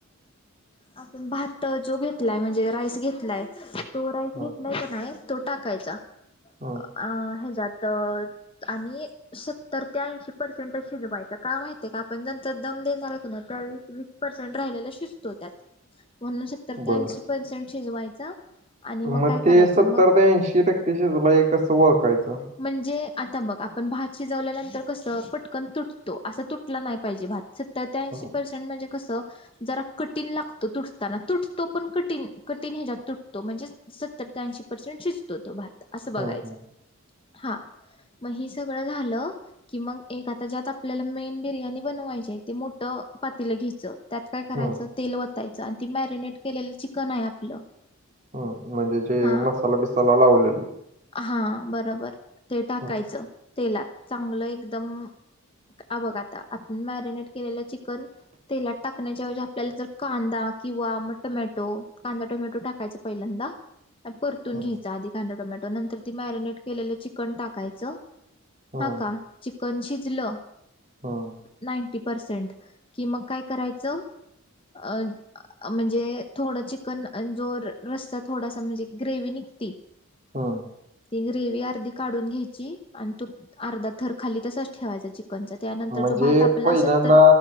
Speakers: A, on the left; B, on the right.
A: आपण भात जो घेतलाय म्हणजे राईस घेतलाय. तो राईस
B: हम्म
A: घेतलाचा नाही तो टाकायचा.
B: हम.
A: अ हेजात आणि. सत्तर ते ऐंशी पर्सेंट शिजवायचं का माहितय का आपण जंतर दम देणार आहे का नावीस वीस पर्सेंट राहिला शिजतो त्यात म्हणून सतरऐंशी
B: बर
A: पर्सेंट शिजवायचा. आणि
B: मग
A: काय
B: ते
A: करायचं
B: सत्तर
A: मग
B: ते ऐंशी टक्केशी झाला एक कसं ओळखायचं.
A: म्हणजे आता मग आपण भात शिजवल्यानंतर कसं पटकन तुटतो असं तुटला नाही पाहिजे भात. सत्तरते ऐशी
B: हं,
A: पर्सेंट म्हणजे, कसं जरा कठीण लागतो तुटताना तुटतो पण कठी कठीण ह्याच्यात तुटतो म्हणजे सत्तर ते ऐंशी पर्सेंट शिजतो तो भात असं बघायचं
B: हं, हं,
A: हा. मग ह सगळं झालं. कि मग एक आता ज्यात आपल्याला मेन बिर्याणी बनवायची ते मोठ पातीलं घ्यायचं. त्यात काय करायचं
B: हं,
A: तेल वतायचं आणि ती मॅरिनेट केलेलं चिकन आहे आपलं.
B: ह म्हणजे जे
A: हा
B: मसाला बसाला लावलेले.
A: हा बरोबर ते टाकायचं.
B: हं,
A: तेलात चांगलं एकदम अ बघता आपण मॅरिनेट केलेल्या चि कन तेलात टाकण्याच्या व आपल्याला जर कांदा किंवा मग टोमॅटो कांदा टोमॅटो टाकायचा पहिल्यांदा परतून
B: हं,
A: घ्यायचा आधी कांदा टोमॅटो. नंतर ती मॅरिनेट केलेलं चिकन टाकायचं
B: हं,
A: हा का चिकन शिजलं.
B: हम.
A: नायटी पर्सेंट कि मग काय करायचं. अ म्हणजे थोडं चिकन जोर रस्ता थोडासा म्हणजे ग्रेवी निघती.
B: ह
A: ती ग्रेव अर्धी काढून घ्यायची आणि तो अर्धा थर खाली तसच ठेवायचा चिकनचा. त्यानंतर
B: म्हणजे
A: जो भात आपला
B: पहिल्यांद
A: सत्तर